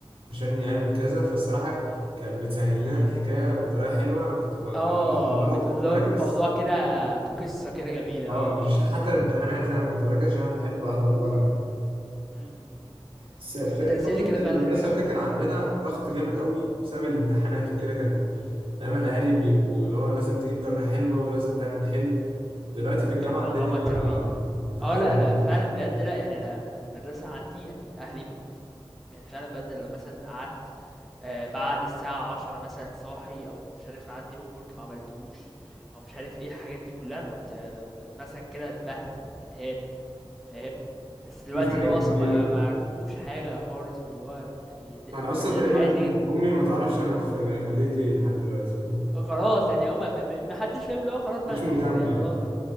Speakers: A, on the right; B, in the centre.
A: عشان يعمل كذا فالصراحه كانت بتسهل لنا الحكايه بطريقه حلوه انا كنت ب- بحب
B: اه
A: احضر لها
B: بتقول
A: وكنت بركز
B: له كل موضوع كده كقصه كده جميله
A: اه
B: اه
A: مش عشان
B: اه
A: حتى الامتحانات لا انا كنت بركز عشان انا بحب احضر لها يعني
B: أمم.
A: بس في
B: المهم دارسين
A: فتره
B: لي كده
A: المدرسه
B: فعلا حلوين اوي
A: وكده كان عندنا ضغط جامد قوي بسبب الامتحانات وكده كان دايما الاهالي بيبقوا اللي هو لازم تجيب درجه حلوه ولازم تعمل حلو دلوقتي في الجامعه
B: كان الموضوع
A: الدنيا
B: موتر اوي
A: متغيره
B: اه لا انا
A: خالص
B: أنا فعلا بجد لا يعني انا انا في المدرسه عندي يعني اهلي ما كانوش يعني فعلا بجد لو مثلا قعدت آه، بعد الساعة عشرة مثلا صاحي أو مش عارف عندي homework معملتهوش أو مش عارف ايه الحاجات دي كلها أنا كنت ب- ب- أتمسك كده أتبهدل أتهان فاهم بس دلوقتي
A: في فرق
B: اللي هو
A: كبير
B: أصلا ما
A: يعني.
B: ما عرفوش حاجة خالص ما اللي هو يعني د-
A: انا اصلا
B: الحياة
A: تقريبا
B: غير
A: امي ما تعرفش انا في جا- كليه ايه لحد دلوقتي فاهم؟
B: خلاص يعني هو ما ما- ما- محدش فاهم اللي هو خلاص
A: ما
B: بقى
A: كانتش
B: انت
A: مهتم
B: في كلية
A: يعني
B: خلاص بقى